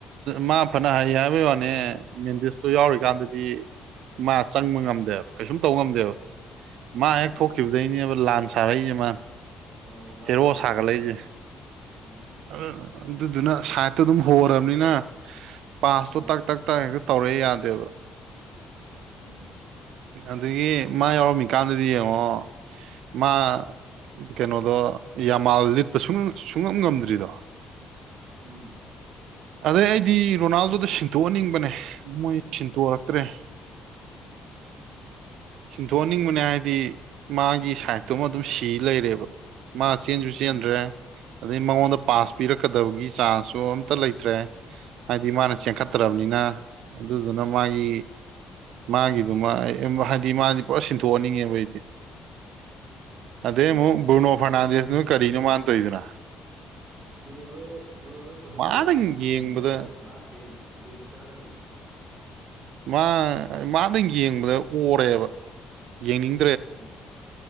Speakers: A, on the right; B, on the right.
A: ꯃꯥ ꯐꯅ ꯍꯩ ꯍꯥꯏꯕꯩ ꯋꯥꯅꯤ ꯃꯦꯟꯗꯤꯁꯇꯣ ꯌꯥꯎꯔꯤꯀꯥꯟꯗꯗꯤ ꯃꯥ ꯆꯪꯕ ꯉꯝꯗꯦꯕ ꯀꯩꯁꯨꯝ ꯇꯧꯕ ꯉꯝꯗꯦꯕ ꯃꯥ
B: ꯎꯝ
A: ꯍꯦꯛ ꯊꯣꯛꯈꯤꯕꯗꯒꯤꯅꯦꯕ
B: ꯎꯝ
A: ꯂꯥꯟ ꯁꯥꯔꯛꯏꯖꯦ ꯃꯥ
B: ꯑꯣ ꯂꯥ
A: ꯍꯦꯔꯣ
B: ꯍꯣꯏ
A: ꯁꯥꯒꯠꯂꯛꯏꯖꯦ
B: ꯑꯗꯨꯅꯅꯦꯕ ꯎꯝ
A: ꯑꯗꯨ ꯑꯗꯨꯗꯨꯅ ꯁꯥꯏꯗꯠꯇꯣ ꯑꯗꯨꯝ ꯍꯣꯔꯥꯕꯅꯤꯅ ꯄꯥꯁꯇꯣ
B: ꯎꯝ
A: ꯇꯛ ꯇꯛ ꯇꯥ ꯍꯦꯛꯇ ꯇꯧꯔꯛꯑꯦ ꯌꯥꯗꯦꯕ
B: ꯎꯝ
A: ꯑꯗꯒꯤ ꯃꯥ ꯌꯥꯎꯔꯝꯃꯤꯀꯥꯟꯗꯗꯤ ꯌꯦꯡꯉꯣ ꯃꯥ ꯀꯩꯅꯣꯗꯣ ꯌꯥꯝꯃꯥꯜ ꯂꯤꯠꯄ ꯁꯨꯡ ꯁꯨꯡꯉꯝ ꯉꯝꯗ꯭ꯔꯤꯗꯣ
B: ꯎꯝ
A: ꯑꯗꯩ ꯑꯩꯗꯤ ꯔꯣꯅꯥꯜꯗꯣꯗꯣ ꯁꯤꯟꯇꯣꯛꯍꯟꯅꯤꯡꯕꯅꯦ ꯃꯣꯏ ꯁꯤꯟꯇꯣꯛꯔꯛꯇ꯭ꯔꯦ <inaudible>
B: ꯎꯝ
A: ꯁꯤꯟꯊꯣꯛꯟꯅꯤꯡꯕꯅꯦ ꯍꯥꯏꯗꯤ ꯃꯥꯒꯤ ꯁꯥꯏꯠꯇꯨꯃ ꯑꯗꯨꯝ ꯁꯤ ꯂꯩꯔꯦꯕ ꯃꯥ ꯆꯦꯟꯁꯨ ꯆꯦꯟꯗ꯭ꯔꯦ
B: ꯎꯝ
A: ꯑꯗꯩ ꯃꯉꯣꯟꯗ ꯄꯥꯁ ꯄꯤꯔꯛꯀꯗꯕꯒꯤ ꯆꯥꯟꯁꯁꯨ ꯑꯝꯇ ꯂꯩꯇ꯭ꯔꯦ ꯍꯥꯏꯗꯤ ꯃꯥꯅ ꯆꯦꯟꯈꯠꯇ꯭ꯔꯕꯅꯤꯅ
B: ꯎꯝ
A: ꯑꯗꯨꯗꯨꯅ ꯃꯥꯒꯤ
B: ꯎꯝ
A: ꯃꯥꯒꯤꯗꯨꯃ ꯍꯥꯏꯗꯤ ꯃꯥꯗꯤ ꯄꯨꯔꯥ ꯁꯤꯟꯊꯣꯛꯍꯟꯅꯤꯡꯉꯦꯕ ꯑꯩꯗꯤ ꯑꯗꯩ
B: ꯎꯝ
A: ꯑꯃꯨꯛ ꯕ꯭ꯔꯨꯅꯣ ꯐꯥꯔꯅꯥꯟꯗꯤꯁꯅꯨ ꯀꯔꯤꯅꯣ ꯃꯥꯅ ꯇꯧꯔꯤꯗꯨꯅ
B: ꯕꯨꯅꯣꯗꯣ ꯕꯨꯅꯣꯗꯣ ꯄꯣꯔꯇꯨꯒꯣꯜꯗ
A: ꯃꯥꯗꯪ
B: ꯃꯥ ꯕꯦꯟ
A: ꯌꯦꯡꯕꯗ
B: ꯆꯠꯀꯗꯕꯅꯤ ꯃꯥ ꯕꯦꯟ ꯕꯦꯟ ꯆꯥꯒꯗꯕꯅꯤ
A: ꯃꯥ ꯃꯗꯪ ꯌꯦꯡꯕꯗ ꯑꯣꯔꯦꯕ ꯌꯦꯡꯅꯤꯡ
B: ꯎꯝ